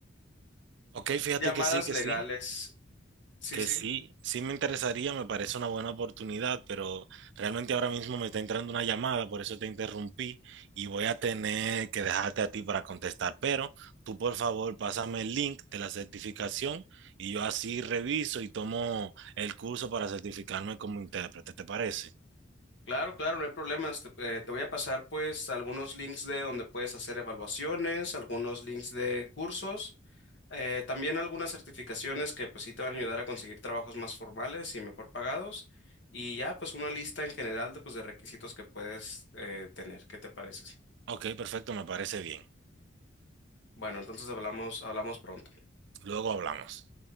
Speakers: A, on the right; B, on the left.
A: Ok, fíjate
B: llamadas
A: que sí, que
B: legales.
A: sí.
B: Sí,
A: Que
B: sí.
A: sí, sí me interesaría, me parece una buena oportunidad, pero realmente ahora mismo me está entrando una llamada, por eso te interrumpí y voy a tener que dejarte a ti para contestar. Pero tú, por favor, pásame el link de la certificación y yo así reviso y tomo el curso para certificarme como intérprete, ¿te parece?
B: Claro, claro, no hay problemas. Te, eh, te voy a pasar pues algunos links de donde puedes hacer evaluaciones, algunos links de cursos, eh, también algunas certificaciones que pues sí te van a ayudar a conseguir trabajos más formales y mejor pagados. Y ya pues una lista en general de, pues, de requisitos que puedes eh, tener. ¿Qué te parece?
A: Ok, perfecto, me parece bien.
B: Bueno, entonces hablamos, hablamos pronto.
A: Luego hablamos.